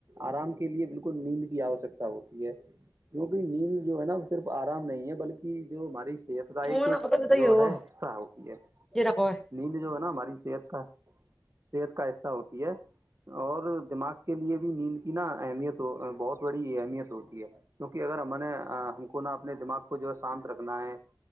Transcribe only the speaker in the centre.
وہ
نا تو بت
ہی ہوگا
جی رکھو ہے